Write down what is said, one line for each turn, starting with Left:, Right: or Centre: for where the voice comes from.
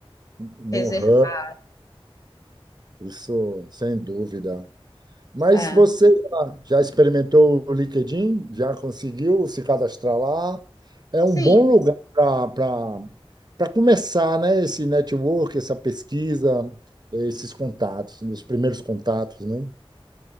Right: num
Left: Reservar.
Right: hub, isso sem dúvida. Mas
Left: É.
Right: você já, já experimentou o LinkedIn? Já conseguiu se cadastrar lá? É um
Left: Sim,
Right: bom lugar para para começar, né? Esse network, essa pesquisa, esses contatos, os primeiros contatos, né?